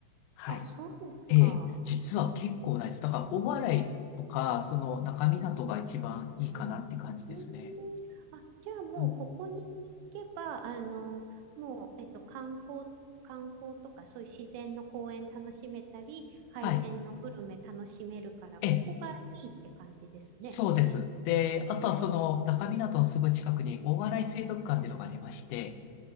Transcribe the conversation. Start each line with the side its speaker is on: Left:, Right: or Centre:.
Left: はい。
Right: あ、そうですか。
Left: ええ、実は結構ないです。だから、大洗とか、その中港が一番いいかなって感じですね。
Right: うんうん、うんうん。うんあ、じゃあもうここに行けば、
Left: はい。
Right: あの、もう、えっと、観光、観光とか、そういう自然の公園楽しめたり、海鮮のグルメ楽しめるから、
Left: はい
Right: ここがいいって感じですね。
Left: ええ、そうです。で、あとはその中港のすぐ近くに大洗水族館っていうのがありまして、